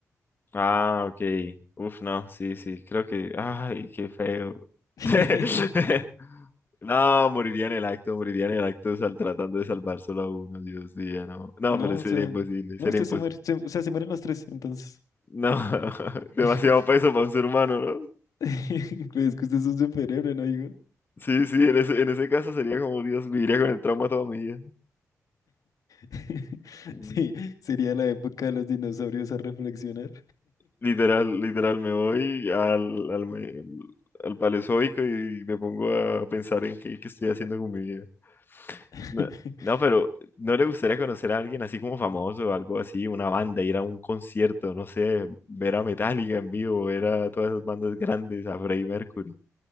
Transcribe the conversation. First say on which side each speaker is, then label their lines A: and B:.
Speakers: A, on the left; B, on the left.
A: Ah, ok. Uf, no, sí, sí, creo que... Ay, qué feo.
B: <laughs>
A: <laughs> No, moriría en el acto, moriría en el acto sal- tratando de salvar solo a uno, Dios mío, no. No,
B: No,
A: pero sería
B: o sea,
A: imposible, sería
B: no, usted
A: imposible.
B: se muere. Se- o sea, se mueren los tres, entonces.
A: No, <laughs> demasiado
B: <laughs>
A: peso para un ser humano, ¿no?
B: Pues es que usted es un superhéroe, ¿no, digo?
A: Sí, sí, en ese, en ese caso sería como, Dios, viviría con el trauma toda mi vida.
B: <laughs>
A: Mm,
B: Sí, sería la época de los dinosaurios a reflexionar.
A: Literal, literal, me voy al, al, me- al Paleozoico y me pongo a pensar en qué, qué estoy haciendo con mi vida.
B: <laughs>
A: No, no, pero ¿no le gustaría conocer a alguien así como famoso o algo así, una banda, ir a un concierto, no sé, ver a Metallica en vivo, ver a todas esas bandas grandes, a Freddie Mercury?